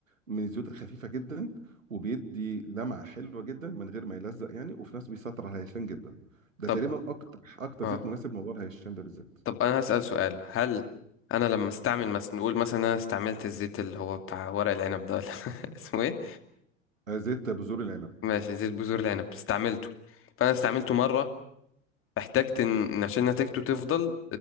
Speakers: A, on the right; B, on the left.
A: من الزيوت الخفيفه جدا وبيدي لمعه حلوه جدا من غير ما يلزق يعني وفي نفس بيسيطر على الهيشان جدا ده
B: طب
A: تقريبا اكتر اكتر
B: اه
A: زيت مناسب لموضوع الهيشان ده بالذات
B: طب انا هسأل سؤال هل انا لما استعمل مثلا نقول مثلا إن انا استعملت الزيت اللي هو بتاع ورق العنب ده ولا <laughs> اسمه ايه
A: آه، زيت بذور العنب
B: ماشي زيت بذور العنب استعملته فانا استعملته مرة احتجت ان إن عشان نتيجته تفضل